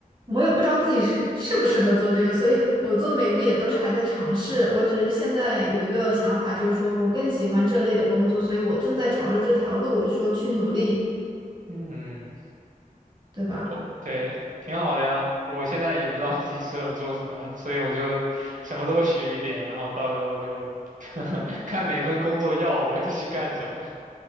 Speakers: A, on the right; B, on the right.
A: 我也不知道自己适适不适合做这个，所以我做的每一步也都是还在尝试。我只是现在有一个想法，就是说我更喜欢这类的工作，所以我正在朝着这条路说去努力，
B: 嗯，
A: 对吧？
B: 我对，挺好的呀。我现在也不知道自己适合做什么，所以我就什么都学一点，然后到时候就 <laughs> 看哪份工作要我，我就去干什么。